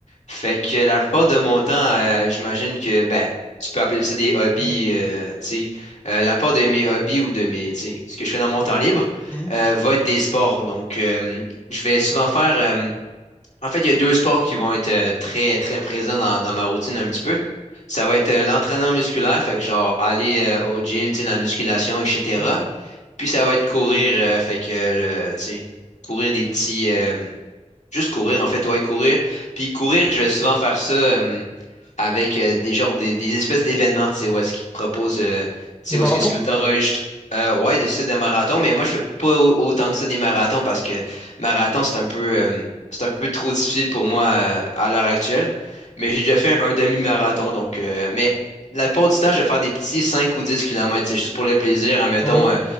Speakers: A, on the left; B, on the left.
A: Fait que la plupart de mon temps, euh, j'imagine que ben, tu peux appeler ça des hobbies,
B: Mhm,
A: euh, tu sais. Euh, la plupart de mes hobbies ou de mes, tu sais, ce que je fais dans mon temps libre,
B: mhm,
A: euh, va être des sports. Donc, euh, je vais souvent faire. euh, en fait, il y a deux sports qui vont être euh, très, très présents dans, dans ma routine un petit peu. Ça va être euh, l'entraînement musculaire, fait que genre aller euh, au gym, tu sais, la musculation, etc.
B: mhm.
A: Puis ça va être courir, euh, fait que euh, le, tu sais, courir des petits. Euh, Juste courir, en fait, ouais, courir. Puis courir, je vais souvent faire ça euh, avec euh, des genres des, des espèces d'événements, tu sais, où est-ce qu'ils te proposent, euh, tu sais,
B: Des marathons?
A: où est-ce que tu peux t'enregistrer. Euh, ouais, des ça, des marathons, mais moi, je fais pas au- autant que ça des marathons parce que marathon, c'est un peu, euh, c'est un peu trop difficile pour moi euh, à l'heure actuelle. Mais j'ai déjà fait un, un demi-marathon, donc, euh, mais la plupart du temps, je vais faire des petits cinq ou dix kilomètres c'est juste pour le plaisir, admettons,
B: Ah ouais.
A: euh,